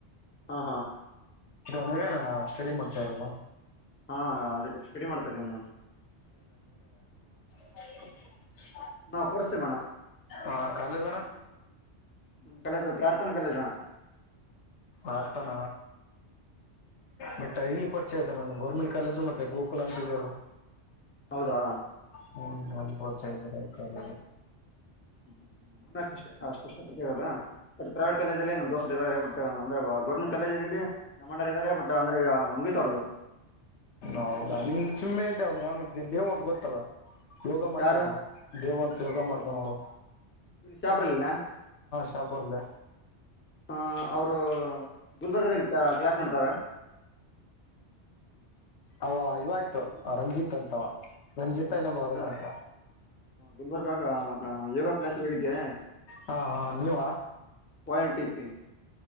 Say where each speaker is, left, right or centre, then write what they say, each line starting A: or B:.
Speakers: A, on the left; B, on the left.
A: ಹಾ ಹಾ
B: ನೀವೇನಣ್ಣ ಸ್ಟಡಿ ಮಾಡ್ತಾ ಇರದು
A: ಹಾ ಅದೇ ಸ್ಟೆಡಿ ಮಾಡ್ತಾ ಇದ್ದೇವನ್
B: ಹ
A: ನಾ ಫೋರ್ಟ್ ಸೇಮ್ ಅಣ್ಣ
B: ಹಾ ಕಾಲೇಜ್ ಅಣ್ಣ
A: ನಮ ಕಾಲೇಜ್ ಪ್ರಾರ್ಥನಾ ಕಾಲೇಜ್ನ
B: ಆತಾನ ಮಟ್ಟ ಇಲ್ಲಿ ಪರಿಚಯ ಇದಾರೆ ನ ಗೌರ್ಮೆಂಟ್ ಕಾಲೇಜು ಮತ್ತೆ ಗೋಕುಲ ಅಂತಿದೆಲ್ಲ
A: ಹೌದಾ
B: ಹ್ಮ್ ಮಪೂರ್ ಜ ಇದ್ರ ಕಾಲ
A: ಹ್ಮ ಹ್ಮ ನಮ್ಮ ಸ್ಪಷ್ಟಪತ ಅದ ಬಟ್ ಪ್ರೈವೇಟ್ ಕಾಲೇಜಲ್ಲಿ ನಮ್ ದೋಸ್ತರು ಇದಾರೆ ಬಟ್ ಅಂದ್ರೆ ಗೌರ್ಮೆಂಟ್ ಕಾಲೇಜಲ್ಲಿ ನಮ್ಮ ಅಣ್ಣರ್ ಇದ್ದಾರೆ ಬಟ್ ಅಂದ್ರೆ ಈಗ ಮುಗಿತಾವರದು
B: ಹೌದಾ ನಿನ್ ಸುಮ್ಮೆ ಇದ್ದೆ ಅವನು ಅವನು ದೇವು ಅಂತ ಗೊತ್ತಲ್ಲ ಯೋಗ ಮಾಡ್ತ
A: ಯಾರು
B: ನೋಡ ದೇವನ್ ಯೋಗ ಮಾಡ್ತ ನೋಡು
A: ಶಾಪ್ರಲ್ಲಿನ
B: ಶಾಪ್ರಲ್ಲಿ
A: ಹ ಅವರು ಗುಲ್ಬರ್ಗದ ಇತ ಕ್ಲಾಸ್ ಮಾಡ್ತಾರ
B: ಅವ ಇವಾಯ್ತು ರಂಜಿತ್ ಅಂತವ ರಂಜಿತ ಇನ್ನೊಬ್ಬ
A: ಇಲ್ಲ
B: ಅರುಣ್ ಅಂತ
A: ಗುಂಬರ್ಗ ಯೋಗ ಕ್ಲಸ್ಿಗೆ ಹೋಗಿದ್ದೆ
B: ಹಾ ಹಾ ನೀವ
A: ಬಯಲ್ ಟಿ ಪಿ